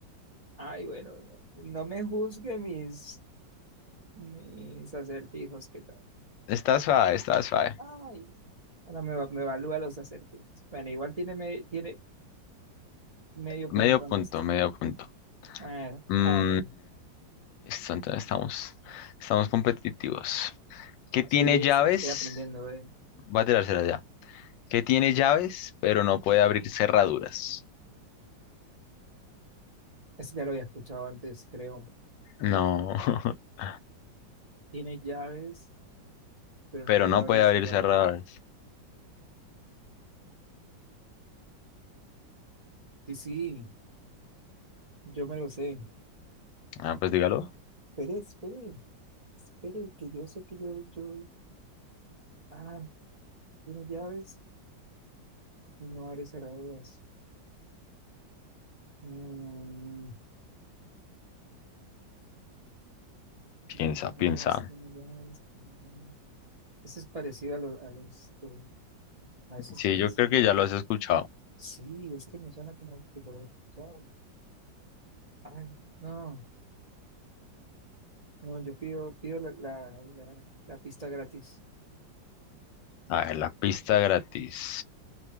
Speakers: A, on the right; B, on the left.
A: Ay, bueno, no, no me juzgue mis, mis acertijos, ¿qué tal?
B: Está suave, está suave.
A: Ay, ahora me, va- me evalúa los acertijos. Bueno, igual tiene, me- tiene medio punto
B: Medio
A: en
B: punto,
A: esto.
B: medio punto.
A: A ver,
B: Mm,
A: vale.
B: listo, entonces estamos, estamos competitivos. ¿Qué tiene
A: Sí,
B: llaves?
A: sí, estoy aprendiendo, eh.
B: va a tirársela ya. ¿Qué tiene llaves, pero no puede abrir cerraduras?
A: Esto ya lo había escuchado antes, creo.
B: No, <laughs>
A: Tiene llaves pero
B: pero
A: no puede
B: no
A: abrir
B: puede abrir
A: cerraduras.
B: cerraduras.
A: Sí, sí, yo me lo sé.
B: Ah, pues dígalo.
A: Espere, espere, espere, que yo sé que yo, yo, ah, tiene llaves y no abre cerraduras. Mm, tiene
B: Piensa,
A: llaves,
B: piensa.
A: tiene llaves, tiene llaves. Eso es parecido a, lo- a los, que- a esos
B: Sí,
A: que dicen.
B: yo creo que ya lo has escuchado.
A: Sí, es que me suena como que lo he escuchado. Ay, no, no, yo pido, pido la, la, la, la pista gratis.
B: A ver, la pista gratis.